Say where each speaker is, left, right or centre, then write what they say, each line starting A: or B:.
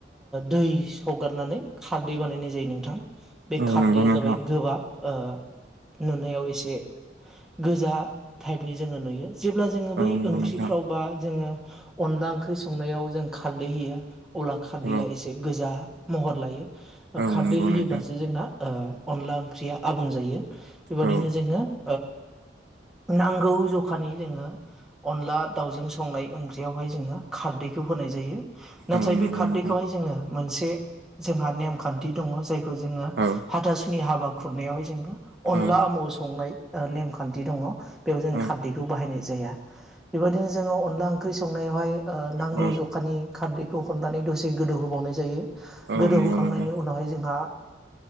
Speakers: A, in the centre; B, on the right.
A: दै सगारनानै खारदै बानायनाय जायो नोंथां बे
B: औ
A: खारदैया
B: नंगौ नोंथां
A: जाबाय गोबाब ओ नुनायाव एसे गोजा टाइपनि जोङो नुयो जेब्ला जोङो बै
B: औ नंगौ
A: ओंख्रिफ्राव
B: नोंथां
A: बा जोङो अनला ओंख्रि संनायाव जों खारदै होयो अब्ला खारदैया
B: औ
A: एसे गोजा महर लायो
B: औ
A: खारदै
B: नंगौ
A: होयोब्लासो
B: नोंथां
A: जोंना अनला ओंख्रिया आबुं जायो बेबदिनो
B: औ
A: जोङो ओ नांगौ जखानि जोङो अनला दाउजों संनाय ओंख्रियावहाय जोङो खारदैखौ होनाय जायो
B: औ
A: नाथाय
B: नंगौ
A: बे खारदैखौहाय
B: नोंथां
A: जोङो मोनसे जोंहा नेमखान्थि दङ। जायखौ जोङो
B: औ
A: हाथासुनि हाबा खुरनायावहाय जोङो अनला
B: औ औ
A: आमु संनाय नेमखान्थि दङ। बेयाव जों
B: औ
A: खारदैखौ बाहायनाय जाया। बेबायदिनो जोङो अनला ओंख्रि संनायावहाय ओ नांगौ
B: औ
A: ज खारदैखौ हरनानै द'से गोदौ होबावनाय जायो।
B: औ
A: गोदौ
B: नंगौ
A: होखांनायनि
B: नोंथां
A: उनावहाय ज जहा